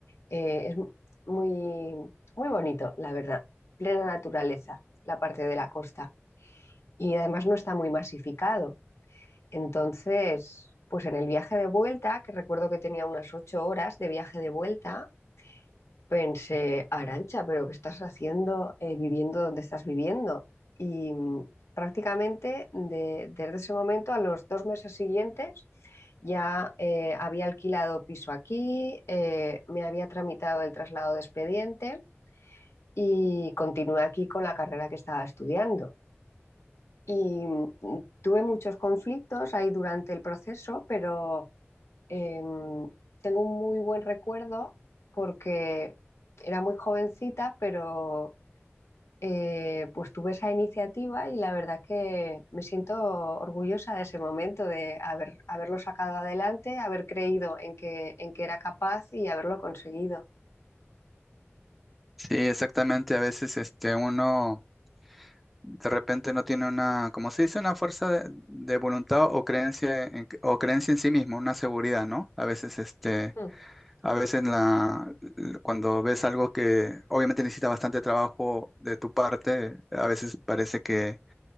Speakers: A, on the left; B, in the centre.
A: eh, es mu- muy, muy bonito, la verdad, plena naturaleza, la parte de la costa. Y además no está muy masificado. Entonces, pues en el viaje de vuelta, que recuerdo que tenía unas ocho horas de viaje de vuelta, Pensé, Arancha, pero ¿qué estás haciendo eh, viviendo donde estás viviendo? Y mm, prácticamente de- desde ese momento a los dos meses siguientes ya eh, había alquilado piso aquí, eh, me había tramitado el traslado de expediente y continué aquí con la carrera que estaba estudiando. Y mm, tuve muchos conflictos ahí durante el proceso, pero eh, tengo un muy buen recuerdo porque era muy jovencita, pero eh, pues tuve esa iniciativa y la verdad que me siento orgullosa de ese momento, de haber, haberlo sacado adelante, haber creído en que, en que era capaz y haberlo conseguido.
B: Sí, exactamente. A veces este, uno de repente no tiene una, como se dice, una fuerza de, de voluntad o creencia en, o creencia en sí mismo, una seguridad, ¿no? A veces este,
A: Mm.
B: a veces la, cuando ves algo que obviamente necesita bastante trabajo de tu parte, a veces parece que